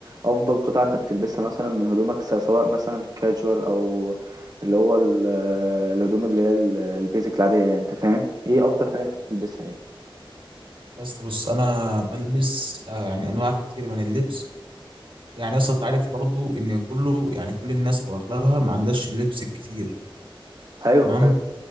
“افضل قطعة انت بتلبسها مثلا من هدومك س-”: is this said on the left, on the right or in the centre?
Right